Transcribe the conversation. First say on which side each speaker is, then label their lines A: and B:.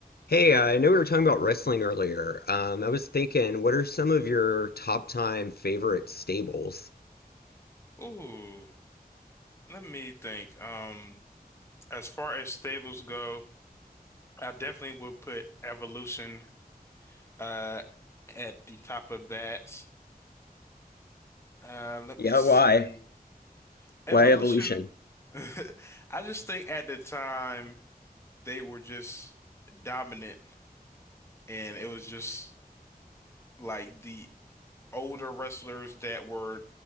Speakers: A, on the left; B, on the left.
A: Hey, uh, I know we were talking about wrestling earlier. Um, I was thinking, what are some of your top time favorite stables?
B: Ooh, let me think. Um, as far as stables go, I definitely would put Evolution uh at the top of that. Uh, let
A: Yeah,
B: me see.
A: why?
B: Evolution.
A: Why evolution?
B: <laughs> I just think at the time they were just dominant, and it was just like the older wrestlers that were